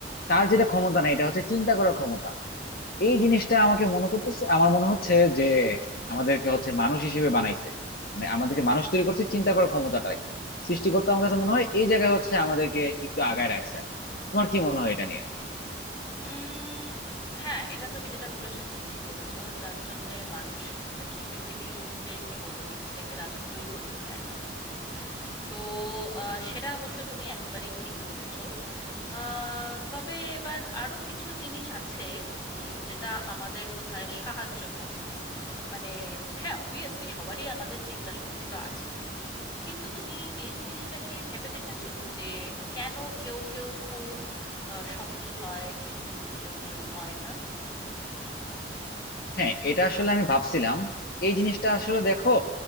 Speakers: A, on the left; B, on the left.
A: তার যেটা ক্ষমতা নাই এটা হচ্ছে চিন্তা করার ক্ষমতা এই জিনিসটা আমাকে মনে করতেছে আমার মনে হচ্ছে যে আমাদেরকে হচ্ছে মানুষ হিসেবে বানাইছে মানে আমাদেরকে মানুষ তৈরি করছে চিন্তা করার ক্ষমতাটাই সৃষ্টিকর্তা আমার কাছে মনে হয় এই জায়গায় হচ্ছে আমাদেরকে একটু আগায় রাখছে আর কি। তোমার কি মনে হয় এটা নিয়ে
B: উম হ্যাঁ এটা তুমি যেটা বলেছো ঠিকই বলেছো যার জন্যে মানুষ আর কি পৃথিবীতে কি বলবো পৃথিবীটাকে রাজত্বই করছে এক ধরনের তো আহ, সেটা অবশ্য তুমি একেবারেই ঠিক বলেছো আহ, তবে এবার আরো কিছু জিনিস আছে হুম যেটা আমাদের বোধহয় সাহায্য করে মানে হ্যাঁ অবভিয়াসলি সবারই আমাদের চিন্তা শক্তি তো আছেই কিন্তু তুমি এই জিনিসটাকে ভেবে দেখেছো যে কেন কেউ কেউ খুব আহ, সফল হয় কিন্তু কেউ কেউ হয় না
A: হ্যাঁ এটা আসলে আমি ভাবছিলাম এই জিনিসটা আসলে দেখো